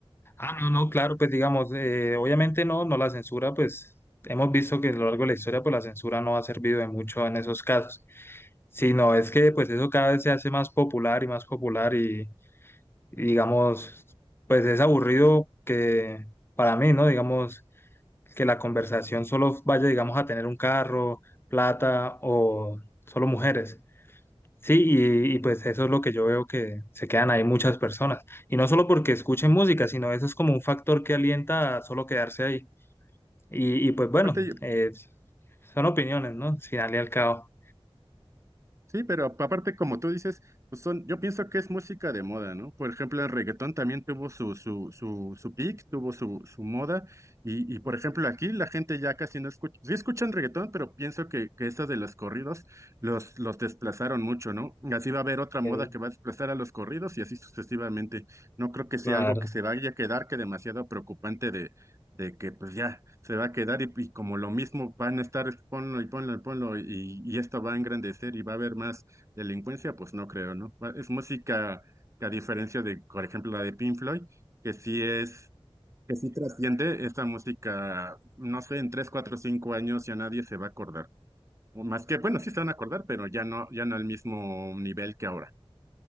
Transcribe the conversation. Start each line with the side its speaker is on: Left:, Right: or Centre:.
Left: Ah, no, no, claro, pues digamos, eh, obviamente no, no la censura, pues hemos visto que a lo largo de la historia, pues la censura no ha servido de mucho en esos casos, sino es que pues eso cada vez se hace más popular y más popular y, y, digamos, pues es aburrido que para mí, ¿no? Digamos, que la conversación solo vaya, digamos, a tener un carro, plata o solo mujeres. Sí, y, y pues eso es lo que yo veo que se quedan ahí muchas personas. Y no solo porque escuchen música, sino eso es como un factor que alienta a solo quedarse ahí. Y, y pues bueno,
Right: aparte
Left: eh, son opiniones, ¿no? Al final y al cabo.
Right: Sí, pero aparte, como tú dices, pues son, yo pienso que es música de moda, ¿no? Por ejemplo, el reggaetón también tuvo su, su, su, su peak, tuvo su, su moda, y, y por ejemplo, aquí la gente ya casi no escucha, sí escuchan reggaetón, pero pienso que, que estas de los corridos los, los desplazaron mucho, ¿no? Así va a haber otra moda
Left: Sí,
Right: que va a desplazar a los corridos y así sucesivamente. No creo que sea
Left: claro.
Right: algo que se vaya a quedar que demasiado preocupante de que pues ya se va a quedar y, y como lo mismo van a estar ponlo y ponlo y ponlo y, y esto va a engrandecer y va a haber más delincuencia, pues no creo, ¿no? Va- Es música que a diferencia de, por ejemplo, la de Pink Floyd, que sí es, que sí trasciende esta música, no sé, en tres, cuatro, cinco años ya nadie se va a acordar. O más que, bueno, sí se van a acordar, pero ya no, ya no al mismo nivel que ahora.